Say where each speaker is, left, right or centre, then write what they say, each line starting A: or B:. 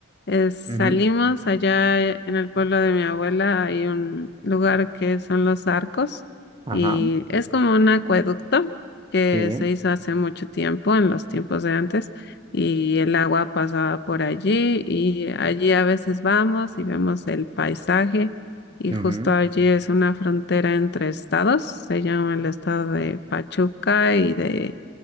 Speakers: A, on the left; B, on the right.
A: eh, salimos
B: Ujú,
A: allá eh, en el pueblo de mi abuela, hay un lugar que son los arcos
B: Ajá,
A: y es como un acueducto que
B: sí,
A: se hizo hace mucho tiempo, en los tiempos de antes, y el agua pasaba por allí y allí a veces vamos y vemos el paisaje y
B: ujú,
A: justo allí es una frontera entre estados, se llama el estado de Pachuca y de...